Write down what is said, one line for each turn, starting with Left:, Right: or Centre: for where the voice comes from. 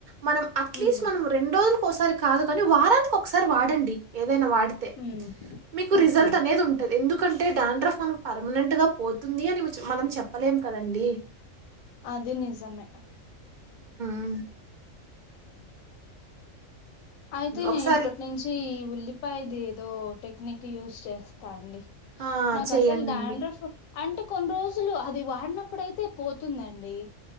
Right: మనం అట్లీస్ట్
Left: హ్మ్
Right: మనం రెండు రోజులకి ఒకసారి కాదు కాని వారానికి ఒకసారి వాడండి వాడితే
Left: హ్మ్
Right: మీకు
Left: ఓకే
Right: రిజల్ట్ అనేది ఉంటుంది ఎందుకంటే డాండ్రఫ్ మనకు పర్మనెంట్ గా పోతుంది అని మనం చెప్పలేం కదండి
Left: అది నిజమే
Right: ఆ
Left: అయితేనేే
Right: ఒకసారి
Left: ఇప్పటి నుంచి ఉల్లిపాయది ఏదో టెక్నిక్ యూజ్ చేస్తాండి
Right: ఆ
Left: నాకు
Right: చెయ్యనండి
Left: అసలు డాండ్రఫ్ అంటే కొన్ని రోజులు అది వాడినప్పుడు అయితే పోతుందండి